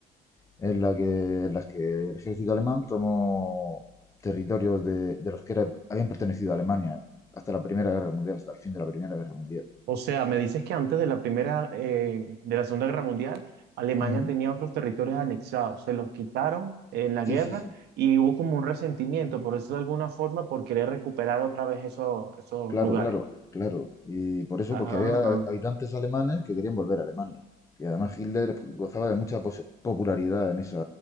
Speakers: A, on the left (about 20°); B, on the right (about 75°).
A: en la que, en las que el ejército alemán tomó territorios de, de los que era- habían pertenecido a Alemania hasta la Primera Guerra Mundial, hasta el fin de la Primera Guerra Mundial.
B: O sea, me dices que antes de la primera, eh, de la Segunda Guerra Mundial, Alemania
A: Mm.
B: tenía otros territorios anexados, se los quitaron en la
A: Sí,
B: guerra
A: sí, sí.
B: y hubo como un resentimiento, por eso de alguna forma, por querer recuperar otra vez esos, esos
A: Claro,
B: lugares.
A: claro, claro. Y por eso,
B: Ajá.
A: porque había habitantes alemanes que querían volver a Alemania. Y además Hitler gozaba de mucha pose- popularidad en esa,